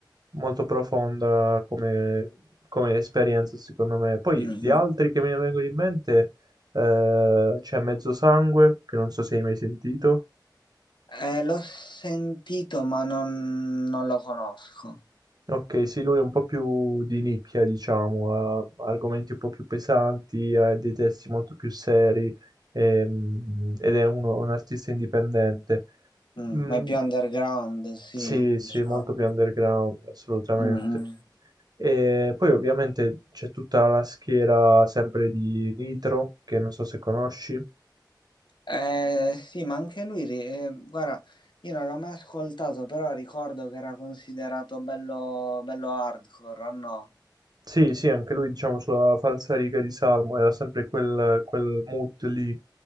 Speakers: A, on the right (about 60°); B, on the left (about 80°).
A: molto profonda come, come esperienza, secondo me. Poi
B: mm,
A: di
B: mm.
A: altri che mi vengono in mente, eh, c'è Mezzo Sangue, che non so se hai mai sentito.
B: Eh, l'ho sentito, ma non, non lo conosco.
A: Ok, sì, lui è un po' più di nicchia, diciamo, ha argomenti un po' più pesanti, ha dei testi molto più seri ehm, ed è uno- un artista indipendente.
B: Mm,
A: Mm,
B: ma è più underground, sì,
A: sì,
B: diciamo.
A: sì, molto più underground, assolutamente.
B: Mm, mm.
A: E poi ovviamente c'è tutta la schiera sempre di Nitro, che non so se conosci.
B: Eh, sì, ma anche lui, ri- eh, guarda, io non l'ho mai ascoltato, però ricordo che era considerato bello, bello hardcore, o no?
A: Sì, sì, anche lui, diciamo, sulla falsariga di Salmo, era sempre quel, quel mood lì.